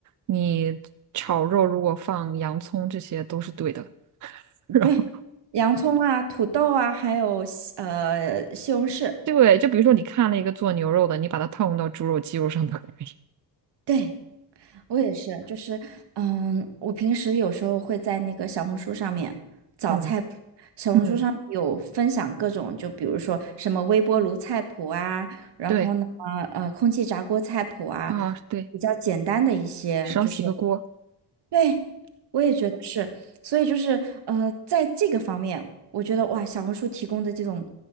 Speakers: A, on the right; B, on the right.
A: 你炒肉如果放洋葱，这些都是对的。<laughs> 然后
B: 对，洋葱啊、土豆啊，还有西呃西红柿，
A: 对，就比如说你看了一个做牛肉的，你把它套用到猪肉、鸡肉上都可以。
B: 对，我也是，就是，嗯，我平时有时候会在那个小红书上面找菜谱，
A: 嗯
B: 小红书上面有分享各种，
A: 嗯，
B: 就比如说什么微波炉菜谱啊，然后呢，
A: 对
B: 呃，空气炸锅菜谱啊，
A: 啊，对，
B: 比较简单的一些，
A: 少洗个锅。
B: 就是，对，我也觉得是，所以就是呃，在这个方面，我觉得哇，小红书提供的这种